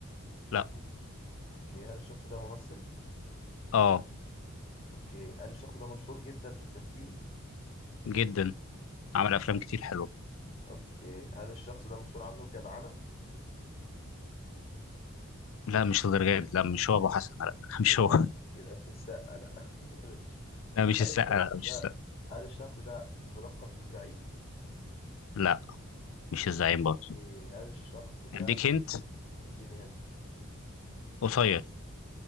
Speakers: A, on the left; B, on the left.
A: لا
B: اوكي هل الشخص ده ممثل؟
A: اه
B: اوكي هل الشخص ده مشهور جدا في التمثيل؟
A: جدا عمل افلام كتير حلوه
B: اوكي هل الشخص ده مشهور عنه الجدعنة؟
A: لا مش الدرجات لا مش هو ابو حسن لا مش
B: يبقى
A: هو <laughs>
B: يبقى مش السقا لا <laughs> ماشي
A: لا مش
B: هل
A: السقا
B: الشخص
A: لا مش
B: ده
A: السقا
B: هل الشخص ده بلقب بالزعيم؟
A: لا مش الزعيم برضه
B: اوكي هل الشخص ده
A: اديك هنت
B: اديني هنت
A: قصير